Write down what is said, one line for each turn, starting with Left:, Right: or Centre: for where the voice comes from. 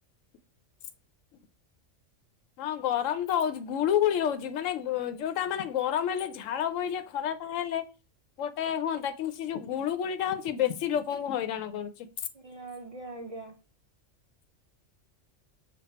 Left: <inaudible> ହଁ ଗରମ ତ ହଉଛି, ଗୁଳୁ ଗୁଳି ହଉଛି, ମାନେ, ଯୋଉଟା ମାନେ, ଗରମ ହେଲେ ଝାଳ ବୋଇଲେ ଖରାପ ତାହେଲେ ଗୋଟେ ହୁଅନ୍ତା। କିନ୍ତୁ ସେ ଯୋଉ ଗୁଳୁ ଗୁଳି ଟା ହଉଛି, ବେଶୀ ଲୋକଙ୍କୁ ହଇରାଣ କରୁଛି।
Right: ହୁଁ, ଆଜ୍ଞା ଆଜ୍ଞା।